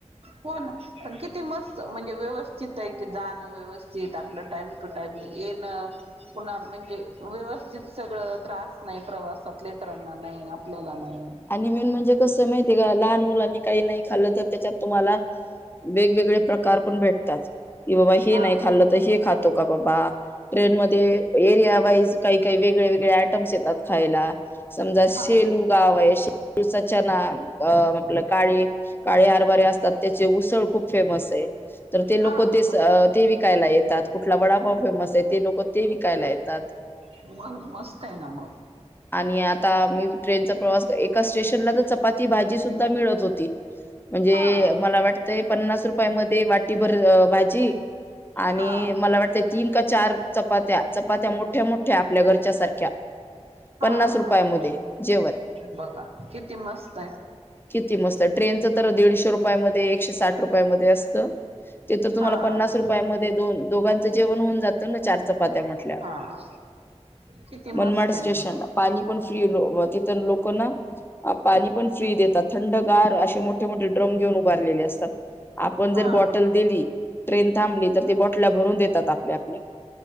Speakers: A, on the right; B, on the left.
A: हो ना पण किती मस्त म्हज म्हणे व्यवस्थित आहे की जाणं व्यवस्थित आपलं टाइम टू टाईम येणं पुन्हा म्हणजे व्यवस्थित सगळं त्रास नाही प्रवासात लेकरांना नाही आपल्याला नाही
B: आणि मेन म्हणजे कसं माहितीय आहे का लहान मुलांनी काही नाही खाल्लं तर त्याच्यात तुम्हाला वेगवेगळे प्रकार पण भेटतात कि बाबा हे
A: हा
B: नाही खाल्लं तर हे खातो का बाबा ट्रेन मध्ये एरिया वाईज काही काही वेगळे वेगळे आयटम्स येतात खायला समजा सेलू
A: हा
B: गाव तळसा च्या ना अ आपलं काळी काळे हरभारे असतात त्याचे उसळ खूप फेमस आहे तर ते
A: हा
B: लोक
A: हा
B: ते ते विकायला येतात कुठला वडापाव फेमस आहे ते लोक ते विकायला येतात
A: मग मस्त आहे ना मग
B: आणि आता मी ट्रेनचा प्रवास स्टेशनला तर चपाती भाजी सुद्धा मिळत होती म्हणजे
A: हा
B: मला वाटतय पन्नास पा रुपया मध्ये वाटी भर भाजी आणि
A: हा हा
B: मला वाटते तीन का चार चपात्या चपात्या मोठ्या मोठ्या आपल्या घरच्या सारख्या पन्नास
A: हा हा
B: रुपयामध्ये
A: ह
B: जेवण
A: बघा किती मस्त आहे
B: किती मस्त ट्रेनच तर दीडशे रुपयामध्ये एकशे साठ रुपया मधे असत ते तर तुम्हाला
A: हा
B: पन्नास रुपया मध्ये दोन दोघांचं जेवण होऊन जात चार चपात्या म्हटल्या
A: हा किती मस्त
B: मनमाड स्टेशन
A: आहे मग
B: पाणी पण फ्री तिथ लोक कोणा पाणी पण फ्री देतात थंडगार असे मोठे मोठे ड्रम घेऊन उभारलेले असतात आपण जर
A: हा
B: बॉटल दिली ट्रेन थांबली तर त बॉटलला भरून देत तात आपल्या आपल्याला